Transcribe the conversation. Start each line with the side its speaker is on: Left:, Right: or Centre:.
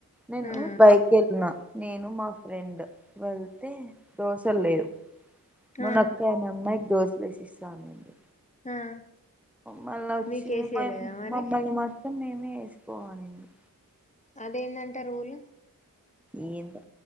Centre: నేను
Left: ఆ
Centre: బైక్ వెళ్ళిన నేను మా ఫ్రెండ్ వెళ్తే దోశలు లేవు <unintelligible>
Left: ఆ
Centre: క్కనే అమ్మాయి దోసలు వేసి ఇస్తా ఉన్నింది
Left: ఆ
Centre: మళ్ళా వచ్చి
Left: మీకేసేయలేదా
Centre: మమ్
Left: మరి
Centre: మమ్మల్ని మాత్రం మేము యేసుకో అనింది
Left: అదేందంట రూలు
Centre: ఏందో